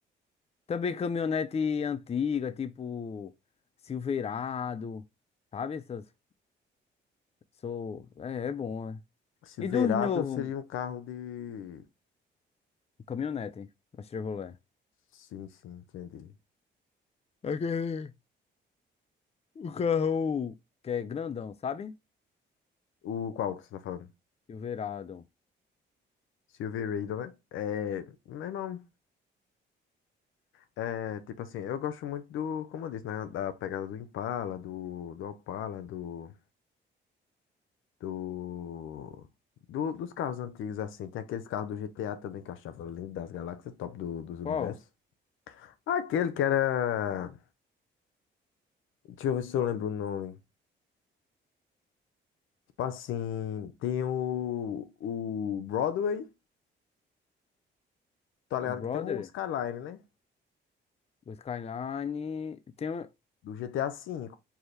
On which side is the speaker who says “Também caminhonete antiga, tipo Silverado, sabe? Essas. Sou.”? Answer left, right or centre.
Left